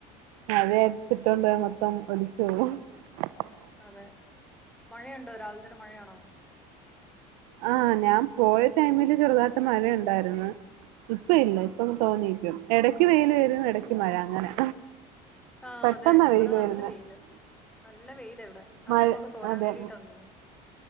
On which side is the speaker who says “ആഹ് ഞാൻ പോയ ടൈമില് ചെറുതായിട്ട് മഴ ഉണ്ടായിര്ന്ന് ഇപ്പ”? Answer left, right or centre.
Right